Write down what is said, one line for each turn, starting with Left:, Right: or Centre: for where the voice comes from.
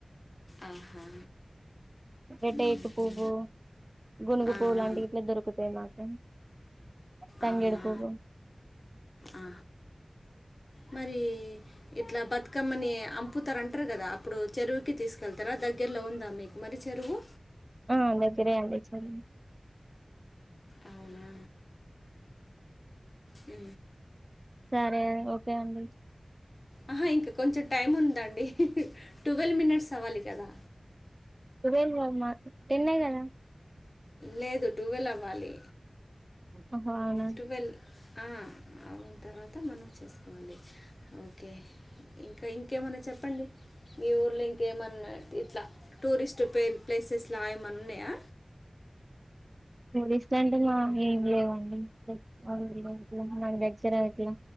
Left: ఆహా
Right: రేట్టే
Left: మ్మ్హ.
Right: ఎకు పువ్వు గునుగు
Left: ఆ,
Right: పువ్వు లాంటివి
Left: ఆ.
Right: ఇట్లా దొరుకుతాయి మాట తంగెడు
Left: అవునా
Right: పువ్వు
Left: ఆ. మరి ఇట్లా బతుకమ్మని అంపుతార అంటరు కదా అప్పుడు చెరువుకి తీసుకెళ్తారా దగ్గర్లో ఉందా మీకు మ చెరువు
Right: ఆ దగ్గరే అండి చెరువు
Left: అవునా ఉ
Right: సరే ఓకే అండి
Left: ఆహా ఇంకా కొంచెం టైం ఉందండి టువల్వ్ మినిట్స్ అవ్వాలి కదా
Right: ట్వెల్వ్ మా టెన్నే కదా
Left: లేదు టువల్వ్ అవ్వాలి
Right: ఓహో అవునా
Left: టువల్వ్ ఆ అవున తర్వాత మనం చేసుకోవాలి ఓకే ఇంకా ఇంకేమన్నా చెప్పండి మీ ఊర్లో ఇంకేమన్నా ఇట్లా టూరిస్ట్ పేర్లు ప్లేసెస్ లా ఏమన్న ఉన్నాయా
Right: పోలీస్ట్ అంటే మా ఏం లేవండి నా దగ్ర అ లా